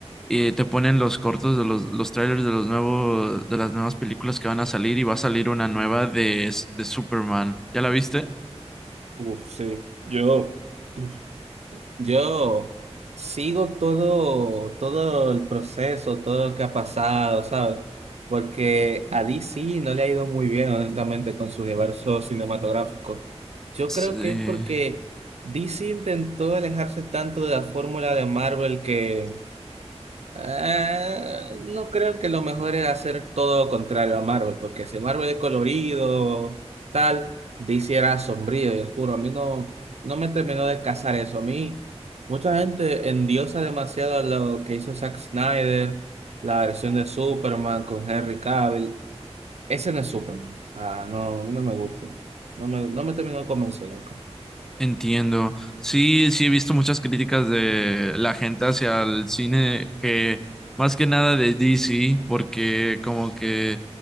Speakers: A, in the centre; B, on the right.
A: eh, te ponen los cortos de los, los trailers de los nuevos, de las nuevas películas que van a salir y va a salir una nueva de, de Superman. ¿Ya la viste?
B: Uf, sí. Yo, uf, Yo sigo todo, todo el proceso, todo lo que ha pasado, ¿sabes? Porque a DC no le ha ido muy bien, honestamente, con su universo cinematográfico. Yo
A: Sí.
B: creo que es porque DC intentó alejarse tanto de la fórmula de Marvel que Ah, no creo que lo mejor era hacer todo lo contrario a Marvel, porque si Marvel es colorido, tal, DC era sombrío y oscuro. A mí no, no me terminó de casar eso. A mí, mucha gente endiosa demasiado a lo que hizo Zack Snyder, la versión de Superman con Henry Cavill. Ese no es Superman. O sea, no, a mí no me gusta. No me, no me terminó de convencer nunca.
A: Entiendo. Sí, sí he visto muchas críticas de la gente hacia el cine que más que nada de DC, porque como que